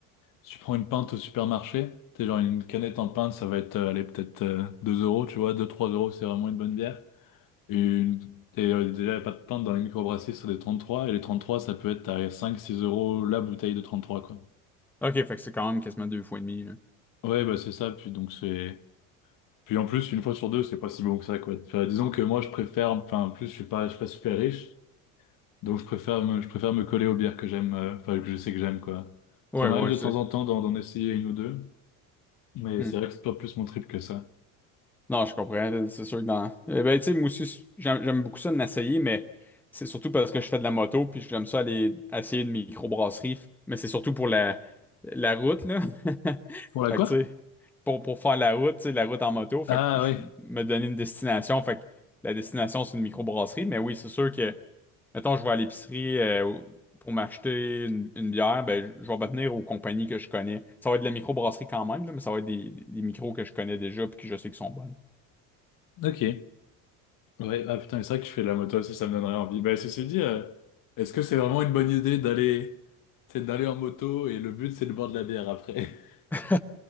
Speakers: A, on the left; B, in the centre.
A: Si tu prends une pinte au supermarché, t'es genre une canette en pinte, ça va être, euh, allez, peut-être euh, 2 euros, tu vois, deux trois euros, c'est vraiment une bonne bière. Et, une... et euh, déjà, il n'y a pas de pinte dans les microbrasseries, c'est des 33 et les 33 ça peut être à cinq six euros la bouteille de 33 quoi.
B: OK, fait que c'est quand même quasiment deux fois et demi, là.
A: Ouais, bah c'est ça, puis donc c'est... Puis en plus, une fois sur deux, c'est pas si bon que ça, quoi. Enfin, disons que moi, je préfère, enfin, en plus, je suis pas, je suis pas super riche, donc je préfère me, je préfère me coller aux bières que j'aime, euh, enfin, que je sais que j'aime, quoi.
B: Ouais,
A: Ça m'arrive
B: ouais,
A: de
B: c'est...
A: temps en temps d'en d'en essayer une ou deux, mais
B: hmm.
A: c'est vrai que c'est pas plus mon trip que ça.
B: Non, je comprends. C'est sûr que dans. Eh ben, tu sais, moi aussi, j'aime j'aime beaucoup ça de l'essayer, mais c'est surtout parce que je fais de la moto, puis j'aime ça aller essayer une microbrasserie. Mais c'est surtout pour la, la route, là. <laughs>
A: Pour la
B: Fait
A: quoi?
B: que, tu sais, pour, pour faire la route, tu sais, la route en moto, fait
A: Ah
B: que je
A: ouais,
B: me donner une destination. Fait que la destination, c'est une microbrasserie. Mais oui, c'est sûr que, mettons, je vais à l'épicerie euh, pour m'acheter une, une bière, ben, je je vais me tenir aux compagnies que je connais. Ça va être de la microbrasserie quand même, là, mais ça va être des, des micros que je connais déjà, puis que je sais qu'ils sont bonnes.
A: <laughs> ok. Ouais, ah putain, mais c'est vrai que je fais de la moto aussi, ça me donnerait envie. Bah, ceci dit, euh, est-ce que c'est vraiment une bonne idée d'aller c'est d'aller en moto et le but c'est de boire de la bière après? <laughs>
B: <laughs>